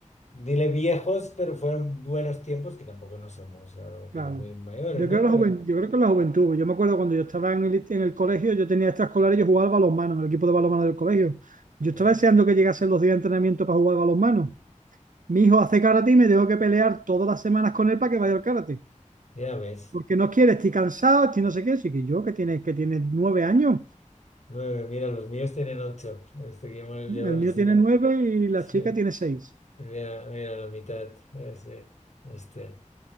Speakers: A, on the left; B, on the right.
A: dile viejos, pero fueron buenos tiempos, que tampoco no somos ah,
B: Claro.
A: que no muy mayores,
B: Yo
A: ¿no?
B: creo, que la
A: Pero
B: juven- yo creo que la juventud. Yo me acuerdo cuando yo estaba en el, en el colegio, yo tenía extraescolar y yo jugaba al balonmano en el equipo de balonmano del colegio. Yo estaba
A: ah,
B: deseando que llegasen los días de entrenamiento para jugar al balonmano. Mi hijo hace karate y me tengo que pelear todas las semanas con él para que vaya al karate.
A: ya ves,
B: Porque no quiere, estoy cansado, estoy no sé qué. Así que yo, que tiene, que tiene nueve años,
A: nueve, mira, los míos tienen ocho, este que hemos llevado,
B: el mío
A: este,
B: tiene nueve y la
A: sí,
B: chica tiene seis.
A: mira, mira la mitad, ese, hostia.